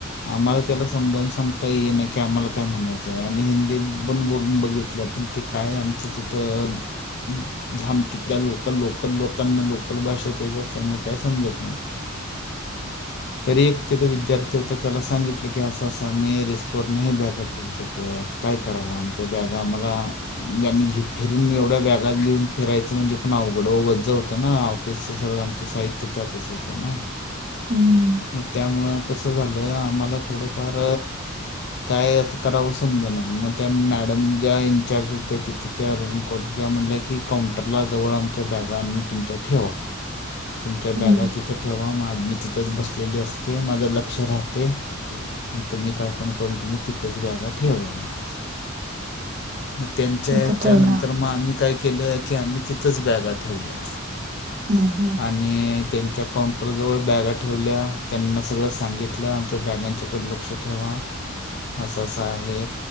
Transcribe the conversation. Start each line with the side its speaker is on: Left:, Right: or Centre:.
Left: आम्हाला त्याला समजावून सांगता ये ना की, आम्हाला काय म्हणायचंय, आम्ही हिंदी पन बोलून बघितलं, पण ते काय आमचं तिथं हम्म झाम तिथल्या लोकल लोकल, लोकांना लोकल भाषेत येत असल्यामुळे काय समजत नव्हतं. तरी एक तिथे विद्यार्थी होता, त्याला सांगितलं की, असं अस आम्ही रिस्कवर नाही ब्यागा ठे ठेवू शकत, काय करावं आमच्या बॅगा आम्हाला यांनी घेफिरून म एवढ्या बॅगा घेऊन फिरायचं म्हणजे पण अवघडं ओ वज्ज होतं ना. तेच सगळं आमचं साहित्य त्यातच होतं ना.
Right: हम्म
Left: मग त्यामुळं कसं झालं, आम्हाला थोडंफार काय करावं समजा ना मग त्या मॅडम ज्या इंनचार्ज होत्या तिथं त्या रूम कॉड त्या म्हणल्या की काउंटरला जवळ आमच्या बॅगा आणून तुमच्या ठेवा तुमच्या बॅगा
Right: हम्म
Left: तिथं ठेव्हा मा मी तिथंच बसलेली असते माझं लक्ष राहतय. आणि तुम्ही कायपण करून तुम्ही तिथंच ब्यागा ठेवा. म त्यांच्या
Right: तिथं
Left: याच्या
Right: ठेवला
Left: नंतर म आम्ही काय केलं की आम्ही तिथंच बॅगा ठेवल्या.
Right: हम्म हम्म
Left: आणि त्यांच्या काउंटरजवळ बॅगा ठेवल्या त्यांना सगळं सांगितलं आमच्या बॅगांच्याकड लक्ष ठेवा. असं -असं आहे.